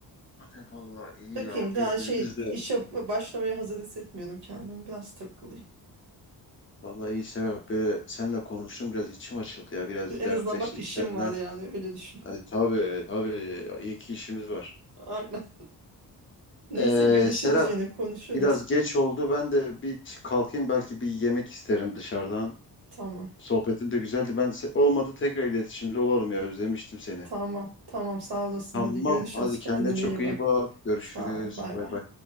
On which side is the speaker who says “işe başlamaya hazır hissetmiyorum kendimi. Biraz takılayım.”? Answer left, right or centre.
Right